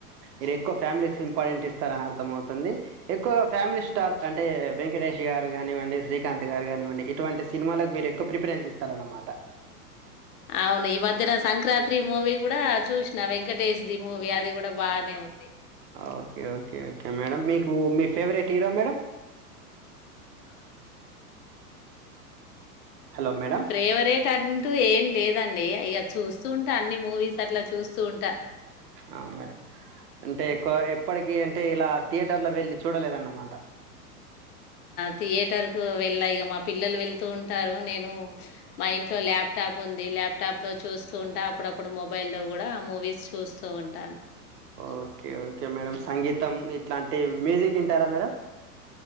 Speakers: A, on the right (about 80°); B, on the left (about 70°).
A: ఇది ఎక్కువ ఫ్యామిలీ ఇంపార్టెంట్ ఇస్తార అని అర్థం అవుతుంది ఎక్కువగా ఫ్యామిలీ స్టార్ అంటే వెంకటేష్ గారు కానివ్వండి శ్రీకాంత్ గారు కానివ్వండి ఇటువంటి సినిమాలకు మీరు ఎక్కువ ప్రిఫరెన్స్ ఇస్తారన్నమాట అద
B: అవును ఈ మధ్యన సంక్రాంతి మూవీ కూడా చూసిన వెంకటేష్ ది మూవీ అది కూడా బాగానే ఉంది
A: ఓకే ఓకే ఓకే మేడం మీకు మీ ఫేవరెట్ హీరో మేడం
B: కా
A: హలో మేడం
B: ఫేవరేట్ అంటూ ఏం లేదండి ఇగా చూస్తూ ఉంటే అన్ని మూవీస్ అట్లా చూస్తూ ఉంటా
A: ఆ మేడం అంటే ఎప్పటికీ అంటే ఇలా థియేటర్లో వెళ్ళి చూడలేదన్నమాట
B: థియేటర్ కు వెళ్ళా ఇగా మా పిల్లలు వెళ్తూ ఉంటారు నేను మా ఇంట్లో ల్యాప్టాప్ ఉంది ల్యాప్ ల్యాప్టాప్లో చూస్తూ ఉంటా అప్పుడప్పుడు మొబైల్లో కూడా మూవీస్ చూస్తూ ఉంటాను
A: ఓకే ఓకే మేడం సంగీతం ఇట్లాంటి మ్యూజిక్ వింటారా మేడం